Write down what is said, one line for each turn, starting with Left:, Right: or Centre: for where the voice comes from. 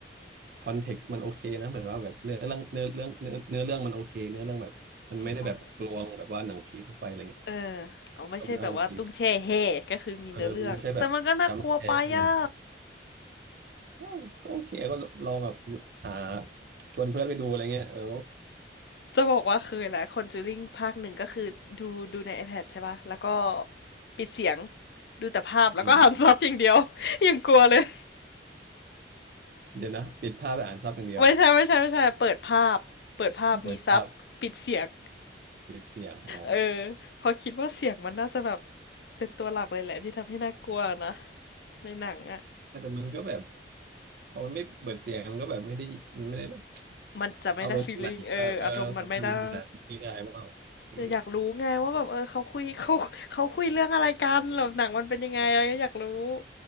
Right: คอนเท็กซ์มันโอเคนะแบบว่าแบบเนื้อเรื่องเนื้อเรื่องเนื้อเนื้อเรื่องมันโอเคเนื้อเรื่องแบบมันไม่ได้แบบกลวงแบบว่าหนังผีทั่วไปอะไรเงี้ย
Left: จริงปะเออเอาไม่ใช่แบบว่าตุ้งแช่เฮก็คือมีเนื้อเรื่องแต่มันก็น่ากลัวไปอะ
Right: ก็มันเอาโอเคเออมันไม่ใช่แบบจัมป์สแกร์ขนาดนั้นก็ก็โอเคก็ลองแบบอยู่อ่าชวนเพื่อนไปดูอะไรเงี้ยเออ
Left: จะบอกว่าเคยแหละ Conjuring ภาคหนึ่งก็คือดูดูใน iPad ใช่ป่ะแล้วก็ปิดเสียงดูแต่ภาพแล้วก็อ่าน
Right: อืม
Left: <laughs> ซับอย่างเดียว <laughs> ยังกลัวเลย
Right: เดี๋ยวนะปิดภาพไปอ่านซับอย่างเดียว
Left: ไม่ใช่ไม่ใช่ไม่ใช่เปิดภาพเปิดภาพมีซับปิดเสียง
Right: เปิดภาพปิดเสียงอ๋อ
Left: เออพอคิดว่าเสียงมันน่าจะแบบเป็นตัวหลักเลยแหละที่ทำให้น่ากลัวนะในหนังอะ
Right: แต่มันก็แบบพอมันไม่เปิดเสียงมันก็แบบไม่ได้มันไม่ได้แบบ
Left: มันจะไม่ได้
Right: อารมณ์ของหนังเออ
Left: feeling เอออารมณ์มันไม่ได้
Right: ส่วนภาพยนตรมณ์หนังไม่ได้เปล่าเออ
Left: แต่อยากรู้ไงว่าแบบเออเขาคุยเขาเขาคุยเรื่องอะไรกันแล้วหนังมันเป็นยังไงอะไรก็อยากรู้
Right: อ๋อ